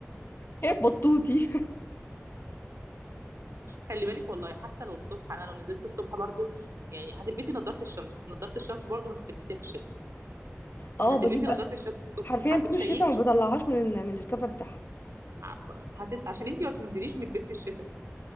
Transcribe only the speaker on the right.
خلي بالك والله حتى لو الصبح انا لو نزلت الصبح برضو يعني هتلبسي نظارة الشمس نظارة الشمس برضو مش هتلبسيها في الشتاء لكن
هتلبسي
نظارة الشمس الصبح
هتتشيكي
ع- هتت... عشان انت ما بتنزليش من البيت في الشتاء